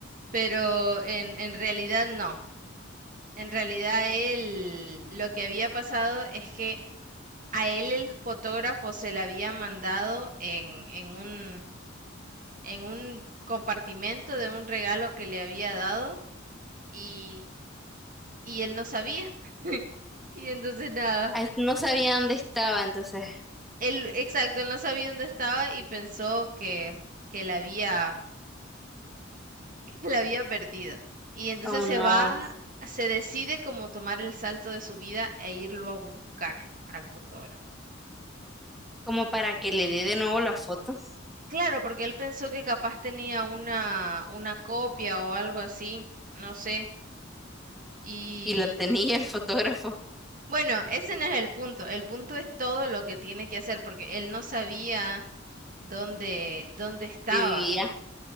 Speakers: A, on the right (about 45°); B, in the centre.
A: pero en, en realidad no. En realidad él, lo que había pasado es que a él el fotógrafo se le había mandado en, en un, en un compartimento de un regalo que le había dado y, y él no sabía. Y entonces nada,
B: Ay, No sabía dónde estaba, entonces.
A: él, exacto, él no sabía dónde estaba y pensó que, que la había, <laughs> que la había perdido. Y entonces
B: Oh,
A: se
B: no.
A: va, se decide como tomar el salto de su vida e irlo a buscar al fotógrafo.
B: Como para que le dé de nuevo la foto.
A: Claro, porque él pensó que capaz tenía una, una copia o algo así, no sé. Y
B: Y la tenía el fotógrafo.
A: bueno, ese no es el punto. El punto es todo lo que tiene que hacer, porque él no sabía dónde, dónde estaba.
B: Vivía.